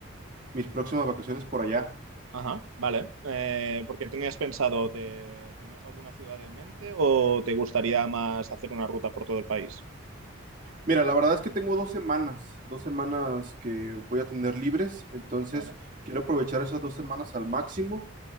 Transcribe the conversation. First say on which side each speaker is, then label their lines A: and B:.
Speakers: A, on the right; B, on the right.
A: mis próximas vacaciones por allá.
B: Ajá, vale. Eh, ¿por qué tenías pensado, te, tenías alguna ciudad en mente o te gustaría más hacer una ruta por todo el país?
A: Mira, la verdad es que tengo dos semanas, dos semanas que voy a tener libres, entonces
B: Vale.
A: quiero aprovechar esas dos semanas al máximo